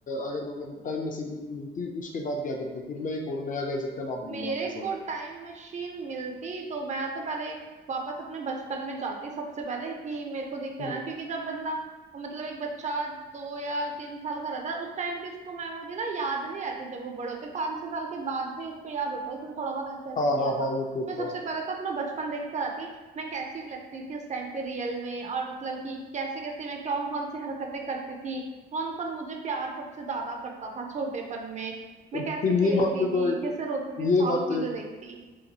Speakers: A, on the left; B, on the right.
A: अगर मतलब टाइम मशीन मिलती उसके बाद क्या करते फिर मैं एक और नया गैजेट का नाम दूंगा
B: मेरे
A: आपके सामने
B: को टाइम मशीन मिलती तो मैं तो पहले वापस अपने बचपन में जाती सबसे पहले कि मेरे को देख के
A: हम्म,
B: आना क्योंकि जब बंदा मतलब एक बच्चा दो या तीन साल का रहता है उस टाइम की उसको मेमोरी ना याद नहीं रहती जब वो बड़े होते पाँच छह साल के बाद से उसको याद होता है उसने थोड़ा बहुत ऐसे ऐसे
A: हाँ
B: किया
A: हाँ
B: था
A: हाँ ये तो होता
B: मैं सबसे पहले तो अपना बचपन देख कर आती मैं कैसी लगती थी उस टाइम पे रियल में और मतलब कि कैसे कैसे मैं कौन कौन सी हरकतें करती थी कौन कौन मुझे प्यार सबसे ज्यादा करता था छोटेपन में मैं
A: है
B: कैसे
A: फिर
B: खेलती
A: ये बातें
B: थी
A: तो
B: कैसे रोती थी
A: ये
B: सारी
A: बातें
B: चीजें देखती